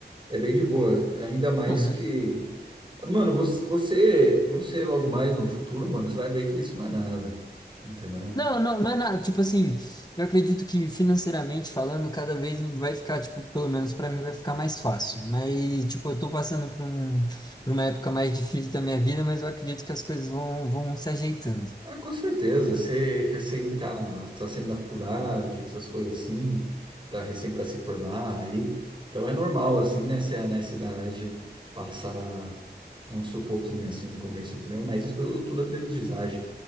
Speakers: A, on the right (about 25°); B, on the left (about 20°).
A: É bem de boa. Ainda mais
B: Não, né?
A: que. Mano, você, você, você logo mais no futuro, mano, você vai ver que isso não é nada. Entendeu?
B: Não, não, não é nada. Tipo assim, eu acredito que financeiramente falando, cada vez vai ficar, tipo, pelo menos pra mim vai ficar mais fácil. Mas, tipo, eu tô passando por um, por uma época mais difícil da minha vida, mas eu acredito que as coisas vão, vão se ajeitando.
A: Ah, com certeza. Você recém tá, tá saindo da faculdade, essas coisas assim, tá recém para se formar aí. Então é normal, assim, nessa, nessa idade, passar um sufoquinho assim no começo, entendeu? Mas isso tudo, tudo é aprendizagem,